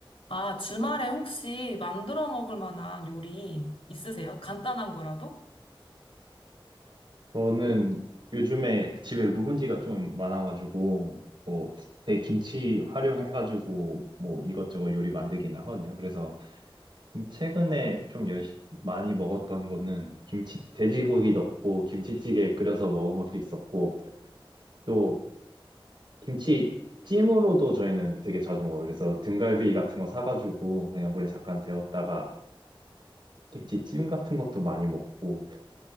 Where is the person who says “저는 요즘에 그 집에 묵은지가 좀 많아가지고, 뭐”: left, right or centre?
Right